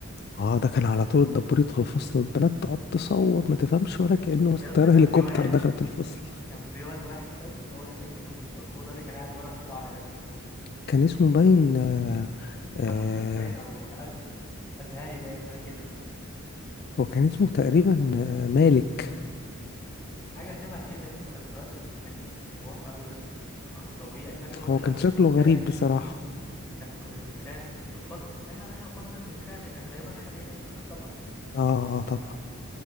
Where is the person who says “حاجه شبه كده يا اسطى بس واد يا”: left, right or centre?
Centre